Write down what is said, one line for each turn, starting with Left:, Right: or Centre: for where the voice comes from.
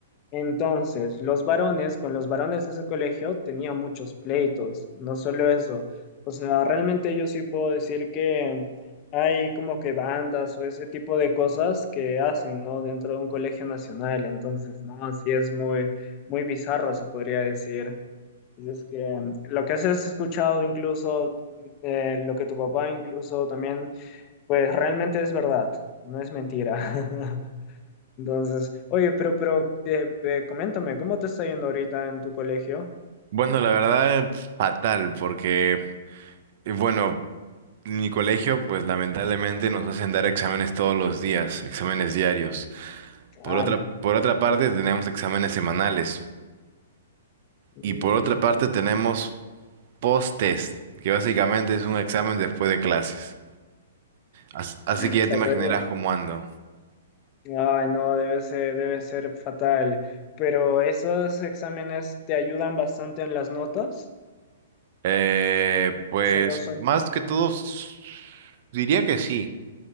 Left: Entonces, los varones con los varones de ese colegio tenían muchos pleitos, no solo eso. O sea, realmente yo sí puedo decir que hay como que bandas o ese tipo de cosas que hacen, ¿no? Dentro de un colegio nacional. Entonces, ¿no? Así es muy, muy bizarro, se podría decir. Así es que mm, lo que has escuchado incluso, mm, eh, lo que tu papá incluso también, pues realmente es verdad, no es mentira. <laughs> Entonces, oye, pero, pero, eh, eh, coméntame, ¿cómo te está yendo ahorita en tu colegio?
Right: Bueno, la verdad, fatal, porque, eh, bueno, mi colegio, pues lamentablemente nos hacen dar exámenes todos los días, exámenes diarios. Por
Left: ¡Hala!
Right: otra, por otra parte, tenemos exámenes semanales.
Left: Mm,
Right: Y por otra parte, tenemos post-test, que básicamente es un examen después de clases. As- Así,
Left: <laughs>
Right: que ya
Left: Satoría.
Right: te imaginarás cómo ando.
Left: Ay, no, debe ser, debe ser fatal. Pero esos exámenes te ayudan bastante en las notas,
Right: Eh, pues
Left: o solo son.
Right: más que todo, s- diría que sí,